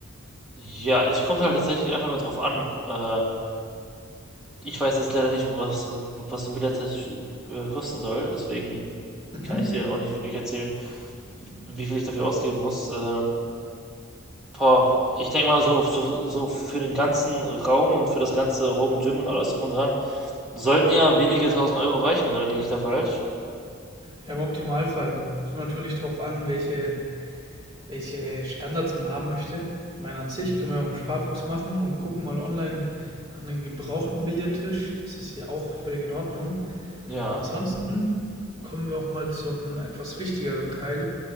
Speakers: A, in the centre; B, on the right (about 25°).
A: Ja, es kommt halt tatsächlich einfach nur drauf an. Äh, ich weiß jetzt leider nicht, was, so- was so ein Billard-Test äh, kosten soll, deswegen
B: Mhm.
A: kann ich dir auch nicht wirklich erzählen, wie viel ich dafür ausgeben muss. Äh, boah, ich denke mal, so, so, so für den ganzen Raum und für das ganze Home Gym und alles drum und dran sollten ja wenige tausend Euro reichen, oder liege ich da falsch?
B: Ja, im Optimalfall. Es Kommt natürlich darauf an, welche welche Standards man haben möchte. Ich meine, an sich können wir auch einen Sparfuchs machen und gucken mal online nach einem gebrauchten Billardtisch. Das ist hier auch völlig in Ordnung.
A: Ja,
B: Ansonsten kommen wir auch mal zum etwas wichtigeren Teil,